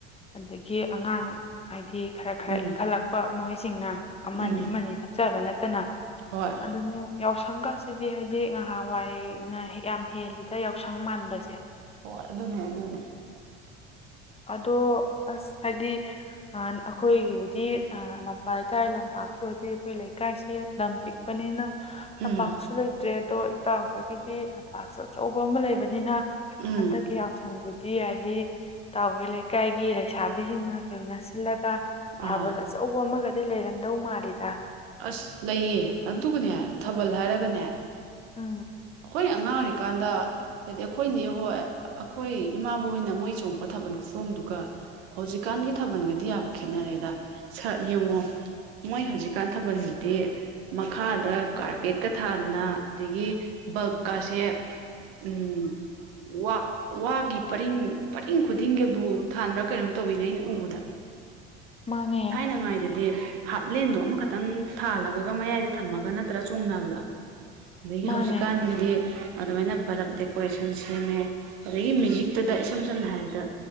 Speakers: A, on the left (about 20°); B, on the right (about 75°).
A: ꯑꯗꯒꯤ ꯑꯉꯥꯡ ꯍꯥꯏꯗꯤ ꯈꯔ ꯈꯔ
B: ꯎꯝ
A: ꯏꯪꯈꯠꯂꯛꯄ ꯃꯣꯏꯁꯤꯡꯅ ꯑꯃꯅꯤ
B: ꯎꯝ
A: ꯑꯃꯅꯤ ꯊꯠꯆꯕ ꯅꯠꯇꯅ
B: ꯍꯣꯏ
A: ꯑꯗꯨꯅꯤ ꯌꯥꯎꯁꯪꯒꯁꯤꯗꯤ ꯍꯥꯏꯗꯤ ꯉꯍꯥꯟꯋꯥꯏꯅ ꯌꯥꯝ ꯍꯦꯜꯂꯤꯗ ꯌꯥꯎꯁꯪ ꯃꯥꯟꯕꯁꯦ
B: ꯍꯣꯏ ꯑꯗꯨꯅꯦ ꯑꯗꯨꯅꯦ
A: ꯑꯗꯣ ꯑꯁ ꯍꯥꯏꯗꯤ ꯑꯩꯈꯣꯏꯒꯤꯕꯨꯗꯤ ꯂꯝꯄꯥꯛꯇꯥꯥꯏ ꯂꯝ ꯂꯝꯄꯥꯛ ꯁꯨ ꯂꯩꯇꯦ ꯑꯩꯈꯣꯏ ꯂꯩꯀꯥꯏꯁꯦ ꯂꯝ ꯄꯤꯛꯄꯅꯤꯅ
B: ꯎꯝ
A: ꯂꯝꯄꯥꯛꯁꯨ ꯂꯩꯇꯦ ꯇꯔꯦꯗꯣ ꯏꯇ ꯈꯣꯏꯒꯤꯗꯤ ꯂꯝꯄꯥꯛꯁꯨ ꯑꯆꯧꯕ ꯑꯃ ꯂꯩꯕꯅꯤꯅ
B: ꯎꯝ
A: ꯍꯟꯗꯛꯀꯤ ꯌꯥꯎ ꯁꯪꯖꯤꯗꯤ ꯍꯥꯏꯗꯤ ꯏꯇꯥꯥꯎꯍꯣꯏ ꯂꯩꯀꯥꯏꯒꯤ ꯂꯩꯁꯥꯕꯤꯁꯤꯡꯅ ꯀꯩꯅ ꯁꯤꯜꯂꯒ
B: ꯑꯥ
A: ꯊꯥꯕꯜ ꯑꯆꯧꯕ ꯑꯃꯒꯗꯤ ꯂꯩꯔꯝꯗꯧ ꯃꯥꯜꯂꯤꯗ
B: ꯑꯁ ꯂꯩꯌꯦ ꯑꯗꯨꯒꯅꯦ ꯊꯥꯕꯜ ꯍꯥꯏꯔꯒꯅꯦ
A: ꯎꯝ
B: ꯑꯩꯈꯣꯏꯅ ꯑꯉꯥꯡ ꯑꯣꯏꯔꯤꯀꯥꯟꯗ ꯍꯥꯏꯗꯤ ꯑꯩꯈꯣꯏꯅꯦ ꯍꯣꯏ ꯑꯩꯈꯣꯏ ꯏꯃꯥꯕꯣꯛ ꯍꯣꯏꯅ ꯃꯣꯏ ꯆꯣꯡꯄ ꯊꯥꯕꯜ ꯈꯨꯆꯣꯡꯗꯨꯒ ꯍꯧꯖꯤꯛꯀꯥꯟꯒꯤ ꯊꯥꯕꯜꯒꯗꯤ ꯌꯥꯝ ꯈꯦꯠꯅꯔꯦꯗ ꯁ ꯌꯦꯡꯉꯣ ꯃꯣꯏ ꯍꯧꯖꯤꯛꯀꯥꯟ ꯊꯥꯕꯜꯗꯤ ꯃꯈꯥꯗ ꯀꯥꯔꯄꯦꯠꯀ ꯊꯥꯗꯅ ꯑꯗꯒꯤ ꯕꯜꯕꯀꯁꯦ ꯎꯝ ꯋꯥ ꯋꯥꯒꯤ ꯄꯔꯤꯡ ꯄꯔꯤꯡ ꯈꯨꯗꯤꯡꯒꯤꯕꯨ ꯊꯥꯟꯕ꯭ꯔꯥ ꯀꯩꯅꯣꯝ ꯇꯧꯋꯤꯅꯦ ꯑꯩꯅ ꯎꯕꯗ
A: ꯃꯥꯅꯦ
B: ꯊꯥꯏꯅꯉꯥꯏꯗꯗꯤ ꯍꯥꯞꯂꯦꯟꯗꯣ ꯑꯃꯈꯛ ꯇꯪ ꯊꯥꯜꯂꯒ ꯃꯌꯥꯏꯗ ꯊꯝꯃꯒ ꯅꯠꯇ꯭ꯔ ꯆꯣꯡꯅꯕꯗꯣ ꯑꯗꯒꯤ
A: ꯃꯥꯅꯦ
B: ꯍꯧꯖꯤꯛꯀꯥꯟꯒꯤꯗꯤ ꯑꯗꯨꯃꯥꯏꯅ ꯕꯂꯞ ꯗꯦꯀꯣꯔꯦꯁꯟ ꯁꯦꯝꯃꯦ ꯑꯗꯒꯤ ꯃ꯭ꯌꯨꯖꯤꯛꯇꯗ ꯏꯁꯝ ꯁꯝꯅ ꯍꯥꯏꯔꯕꯗ